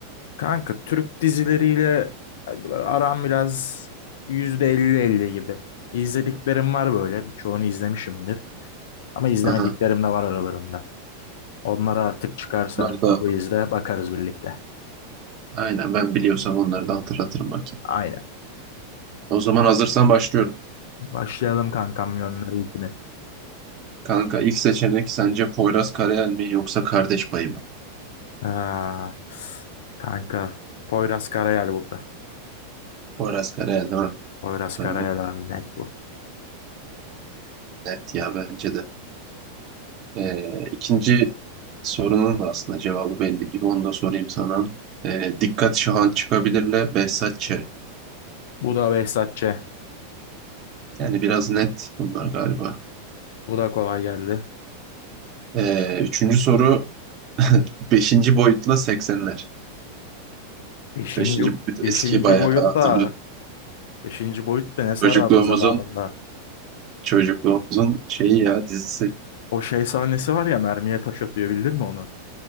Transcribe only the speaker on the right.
Aha.
Bunlar da
aynen ben biliyorsam onları da hatırlatırım bakayım.
O zaman hazırsan başlıyorum.
Kanka ilk seçenek sence Poyraz Karayel mi yoksa Kardeş Payı mı?
Poyraz Karayel değil mi?
Ben de
net ya bence de. Ee, ikinci sorunun da aslında cevabı belli gibi. Onu da sorayım sana. Ee, Dikkat Şahan çıkabilirle Behzat Ç.
Yani biraz net bunlar galiba.
Ee, üçüncü soru <laughs> beşinci boyutla 80'ler.
Beşinci boyut
eski bayağı
hatırlıyorum.
Çocukluğumuzun
çocukluğumuzun şeyi ya dizisi.